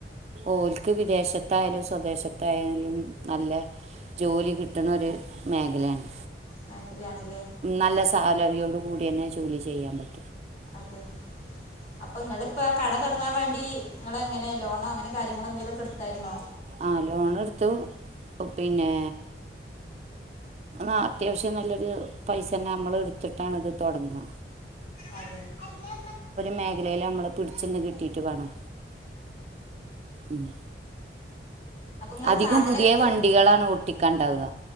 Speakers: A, on the right; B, on the left.
A: ഓല്ക്ക് വിദേശത്തായാലും സ്വദേശത്തായാലും നല്ല ജോലി കിട്ടണ ഒരു മേഖലയാണ്
B: നായ്ക്കലാണല്ലേ
A: നല്ല സാലറിയോട് കൂടിയന്നെ ജോലി ചെയ്യാൻ പറ്റും
B: അതെ അപ്പൊങ്ങള്പ്പ കട തൊടങ്ങാൻ വേണ്ടി നിങ്ങളെ എങ്ങനെ ലോണോ അങ്ങനെ കാര്യങ്ങൾ എന്തെങ്കിലൊക്കെ എടുത്തായിരുന്നോ
A: ആ ലോൺ എടുത്തു പിന്നെ ആ അത്യാവശ്യം നല്ലൊരു പൈസ തന്നെ നമ്മൾ എടുത്തിട്ടാണ് ഇത് തൊടങ്ങാ
B: അതെ അതെ
A: മേഖലയിൽ നമ്മൾ പിടിച്ചെന്ന് കിട്ടിയിട്ട് വേണം ഉം
B: അപ്പൊ ഇങ്ങള്
A: അധികം
B: സാധനൊക്കെ
A: പുതിയ വണ്ടികളാണ് ഓട്ടിക്കാണ്ടാവ